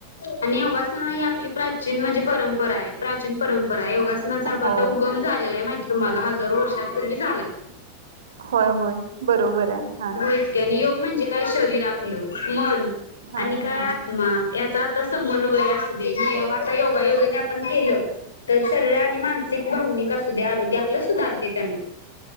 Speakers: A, on the left (about 70°); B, on the right (about 65°).
A: आणि योगा सन ही आपली प्राचीन म्हणजे परंपरा आहे प्राचीन परंपरा आहे योगासनाचा आपण
B: होय
A: आता उगम झालेला आहे माहिती तुम्हाला हजारो वर्षांपूर्वी झालाय.
B: होय होय बरोबर आहे हा.
A: गोइतक्यानी योग म्हणजे काय शरीर आपलं मन
B: हा
A: आणि काय आत्मा याचा आता समन्वय असु दे हे आता योगायोगाने आपण केलं. तर शरीर आणि मानसिक भावनिक असू द्या आरोग्य आपलं सुधारते त्यानं.